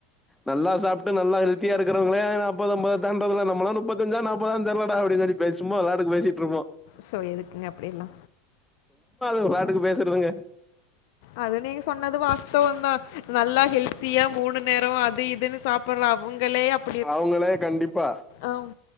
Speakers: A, in the centre; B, on the left.
A: நல்லா சாப்ட்டு நல்லா ஹெல்த்தியா இருக்கறவங்களே நாப்பது அம்பது தாண்ட்றதுல்ல நம்மலாம் நுப்பத்தஞ்சா நாப்பதா தெர்லடா அப்புடின்னு சொல்லி பேஸ் சும்மா விளாட்டுக்கு பேசிட்ருப்போம்
B: சோ எதுக்குங்க அப்புடி எல்லா
A: உ பாட்டுக்கு பேசு சொல்லுங்க
B: அது நீங்க சொன்னது வாஸ்துவோந்தா நல்லா ஹெல்த்தியா மூணு நேரோ அது இதுன்னு சாப் அப்புறன்னா புங்கலே அப்
A: அவுங்களே கண்டிப்பா
B: ஆம்